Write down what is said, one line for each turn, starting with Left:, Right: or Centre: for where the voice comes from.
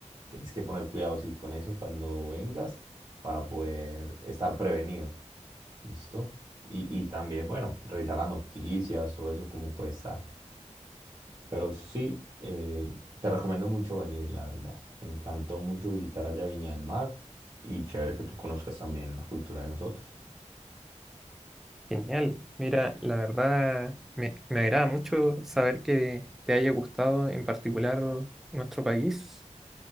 Right: Tienes que poner cuidado, sí, con eso cuando vengas para poder estar prevenido. Listo. Y, y también, bueno, revisar las noticias, todo eso, como puede estar. Pero sí, eh, te recomiendo mucho venir, la verdad. Me encantó mucho visitar allá Viña del Mar y chévere que tú conozcas también la cultura de nosotros.
Centre: Genial. Mira, la verdad me, me agrada mucho saber que te haya gustado en particular nuestro país.